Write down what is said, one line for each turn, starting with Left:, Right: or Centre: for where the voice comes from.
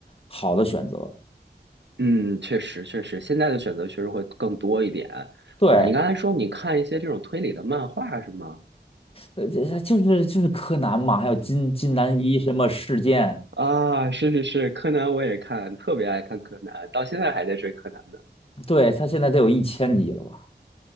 Left: 好的选择。
Right: 嗯，确实确实，现在的选择确实会更多一点
Left: 对，
Right: 啊。你刚才说你看一些这种推理的漫画是吗？
Left: 呃，这就是就是柯南嘛，还有金金南一什么事件，
Right: 啊，是是是，柯南我也看，特别爱看柯南，到现在还在追柯南呢。
Left: 对，他现在得有一千集了吧？